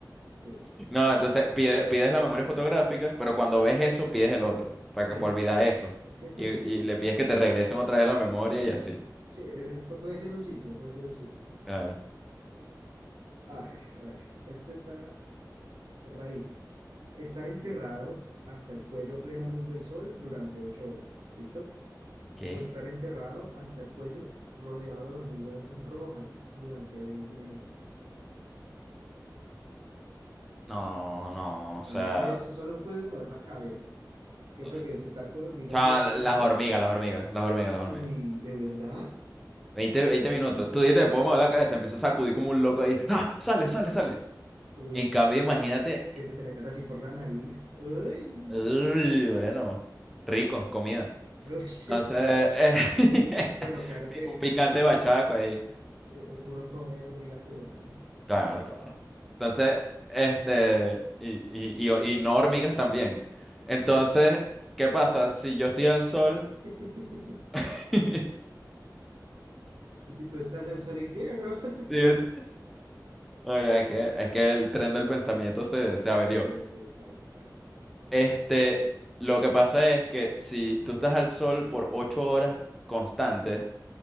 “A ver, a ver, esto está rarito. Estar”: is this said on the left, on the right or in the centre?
Right